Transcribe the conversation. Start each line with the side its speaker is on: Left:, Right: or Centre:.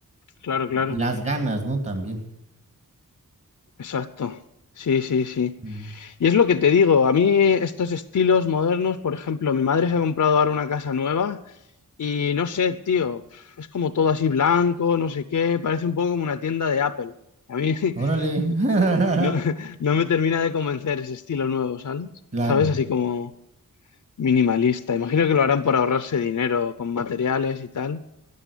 Left: Claro, claro,
Right: Y las ganas, ¿no? También.
Left: exacto. Sí, sí, sí.
Right: Mm.
Left: Y es lo que te digo, a mí estos estilos modernos, por ejemplo, mi madre se ha comprado ahora una casa nueva Y no sé, tío, es como todo así blanco, no sé qué, parece un poco como una tienda de Apple. A mí <laughs>
Right: Órale. <laughs>
Left: no, no me termina de convencer ese estilo nuevo, ¿sabes?
Right: Claro.
Left: ¿Sabes? Así como minimalista. Imagino que lo harán por ahorrarse dinero con materiales y tal.